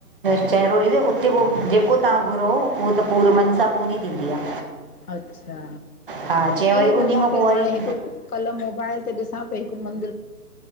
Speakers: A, on the right (about 35°); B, on the left (about 70°).
A: चहहिरोरी उते पोइ जेको तव्हां घुरो उहो त पूरो मन सां पूरी थींदी आहे!
B: अच्छा
A: हा चयईं वरी
B: ईअं त
A: उन
B: जाते
A: खां पोइ वरी
B: हाणे हिकु कल मोबाइल ते ॾिसा पई हिकु मंदिर!